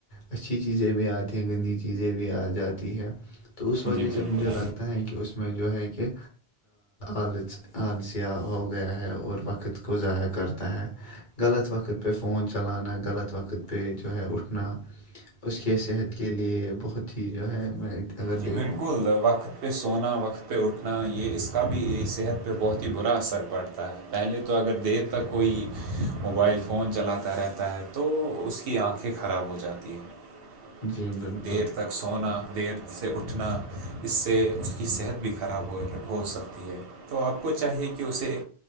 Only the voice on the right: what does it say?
جی بالکل
جی
بالکل وقت پہ سوونا وقت پہ اٹھنا یہ اس کا بھی صحت پہ بہت ہی برا اثر پڑتا ہے پہلے تو اگر دیر جب تک کوئی موبائل فون چلاتا رہتا ہے تو اس کی آنکھیں خراب ہو جاتی ہیں
دیر تک سونا دیر سے اٹھنا اس سے اس کی صحت بھی خراب ہو ہو سکتی ہے تو آپ کو چاہیے کہ اسے